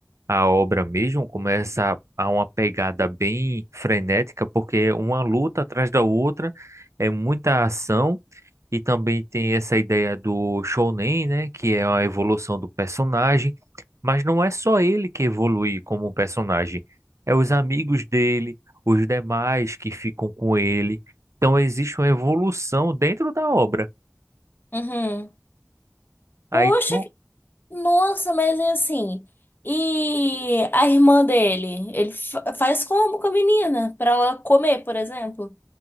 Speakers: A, on the right; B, on the left.
A: a obra mesmo, começa a uma pegada bem frenética, porque é uma luta atrás da outra, é muita ação. E também tem essa ideia do Shounen, né? Que é a evolução do personagem. Mas não é só ele que evolui como personagem. É os amigos dele, os demais que ficam com ele. Então existe uma evolução dentro da obra.
B: Uhum.
A: Aí,
B: Poxa,
A: com-
B: que- nossa, mas é assim. E a irmã dele? Ele fa- faz como com a menina? Pra ela comer, por exemplo?